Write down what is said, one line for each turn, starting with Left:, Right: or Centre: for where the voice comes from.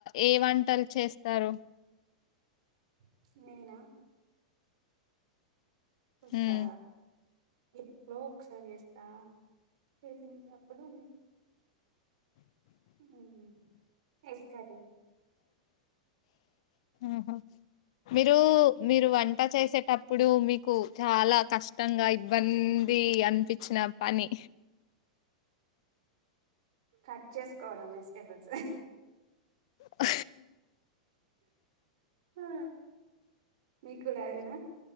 Left: ఏ వంటలు చేస్తారు?
Right: ప్చ్ నేనా పుస్సా
Left: ఉమ్
Right: ఎప్పుడో ఒకసారి చేస్తా, చేసినప్పుడు ఉమ్ చేస్తది
Left: ఆహా మీరు మీరు వంట చేసేటప్పుడు. మీకు చాలా కష్టంగా, ఇబ్బంద్ ది అనిపించిన పని
Right: కట్ చేసుకోవడం. వెజిటేబుల్స్
Left: ఆ
Right: ఆ మీకుడాదేనా?